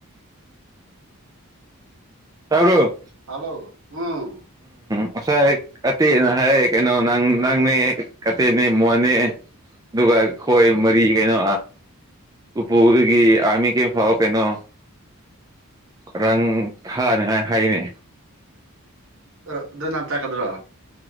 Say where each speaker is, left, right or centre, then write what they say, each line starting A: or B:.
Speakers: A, on the right (about 15°); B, on the right (about 60°).
A: ꯇꯪꯨ
B: ꯍꯜꯂꯣ <inaudible>
A: ꯉꯁꯥꯏ ꯀꯇꯦꯅ ꯍꯥꯏ ꯀꯩꯅꯣ ꯅꯪ ꯅꯪꯅꯦ ꯀꯇꯦꯅꯦ ꯃꯣꯟꯅꯦ ꯑꯗꯨꯒ ꯈꯣꯏ ꯃꯔꯤ ꯀꯩꯅꯣ ꯎꯄꯨꯒꯤ ꯑꯥꯔꯃꯤ ꯀꯩ ꯐꯥꯎ ꯀꯩꯅꯣ ꯔꯪ ꯊꯥꯅꯤꯉꯥꯏ ꯍꯥꯏꯅꯦ
B: ꯑ ꯑꯗꯨ ꯅꯍꯥꯟ ꯇꯥꯛꯀꯗ꯭ꯔꯣ